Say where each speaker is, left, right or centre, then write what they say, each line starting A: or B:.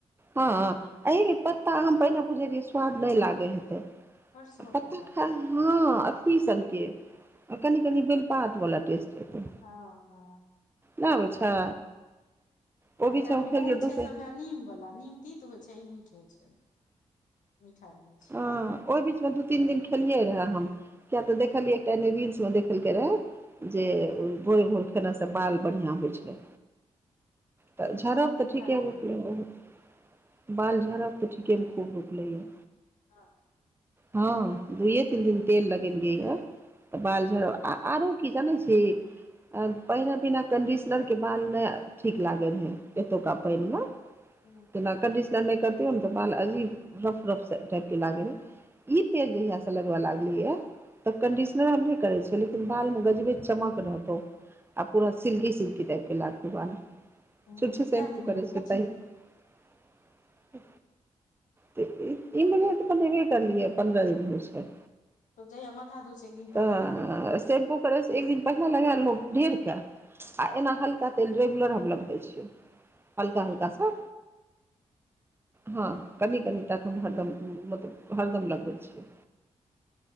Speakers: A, on the right; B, on the left.
A: हँ ऐहिमे पत्ता हम पहिने बुझै रहियै स्वाद नहि लागेय हेतै
B: बड़ सुअदगर
A: पत्ता
B: लागै
A: खर
B: छै
A: हँ अथी सनकेँ आ कनी कनी बेलपात वाला टेस्ट एतो
B: हँ हँ
A: नहि आबै छै ओ
B: आ
A: बीच
B: एकरा
A: हम
B: मे
A: खेलियै
B: गुन छै
A: बहुते
B: सबटा नीम वाला नीम तित हो छै ई मीठ हो छै मिठा निम
A: हँ ओहि बीच मे दू तीन दिन खेलियै रहे हम किया तऽ देखलियै एकटा रील्स मे देखल केँ रेहै जे भोरे भोर खयनासँ बाल बढ़िआँ होइ छै तऽ
B: एक बीच
A: झड़ब
B: मे हमहुँ
A: तऽ ठीके
B: खाय रहियै
A: <unintelligible> बहुत बाल झड़ब तऽ ठिके मऽ खूब रुकले य
B: हँ
A: हँ दुइये तीन दिन तेल लगेलियै य तऽ बाल झड़ आ आरो की जानै छी पहिने बिना कन्डिशनरके बाल नहि ठीक लागै रहै एतुका पाइन मऽ
B: हँ
A: जेना कंडिशनर नै करतियै न तऽ बाल अजीब रफ रफ सँ टाइप केँ लागे रहै इ तेल जहिया सँ लगवा लागलीयै ऐ तऽ कंडिशनर हम नहि करे छियै लेकिन बाल मे गजबे चमक रहतौ आ पूरा सिल्की सिल्की टाइप केँ लागतौ बाल
B: हूँ
A: छुछै सेम्पु
B: कै दिन
A: करै
B: लगबै
A: छियै तैयो तऽ इम्हरे त बनेबे करलियै पन्द्रह दिन होइ छै
B: तऽ जहिया माथा धोय से एक दिन
A: तऽ
B: पहिने लगबै
A: शेम्पू करै से एक दिन पहिने लगा लेलौ ढेर केँ आ एना हल्का तेल रेगुलर हम लगबै छियै हलका हलका सँ हँ कनि कनिटा कऽ हम हरदम हूँ मतलब हरदम लगबै छिये